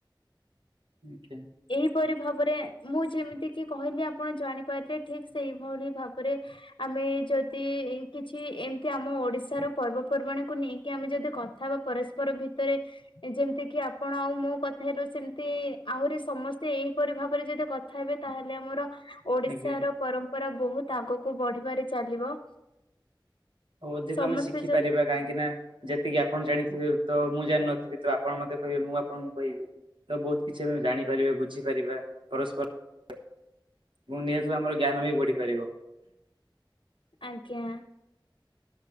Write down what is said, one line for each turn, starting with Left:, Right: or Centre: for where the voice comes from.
Right: ଆଜ୍ଞା
Left: ଏହିପରି ଭାବ ପରେ ମୁଁ ଯେମିତି କହିଲି ଆପଣ ଜାଣି ପାରିଥିବେ ଠିକ ସେଇଭଳି ଭାବରେ ଆମେ ଯ ଯଦି କିଛି ଏମିତି ଆମ ଓଡିଶାର ପର୍ବପର୍ବାଣୀକୁ ନେଇକି ଆମେ ଯଦି କଥା ବା ପରସ୍ପର ଭିତରେ ଯେମିତି କି ଆପଣ ଆଉ ମୋ କଥା ହେଲୁ ସେମିତି ଆହୁରି ସମସ୍ତେ ଏହିପରି ଭାବରେ ଯଦି କଥା ହେବେ ତାହେଲେ ଆମର ଓଡିଶାର
Right: ଆଜ୍ଞା
Left: ପରମ୍ ପରା ବହୁତ ଆଗକୁ ବଢିବାରେ ଚାଲିବ।
Right: ଆଉ ଅଧିକ
Left: ସମସ୍ତେ
Right: ଆମେ ଶିଖିପାରିବା
Left: ଯଦି
Right: କାହିଁକି ନା ଯେତିକି ଆପଣ ଜାଣିଥିବେ ତ ମୁଁ ଜାଣିନଥିବି ତ ଆପଣ ମତେ କହିବେ ମୁଁ ଆପଣଙ୍କୁ କହିବି ତ ବହୁତ କିଛି ଆମେ ଜାଣିପାରିବା ବୁଝିପାରିବା। ପରସ୍ପର ଏବଂ ନିହାସରେ ଆମର ଜ୍ଞାନ ବି ବଢିପାରିବ।
Left: ଆଜ୍ଞା।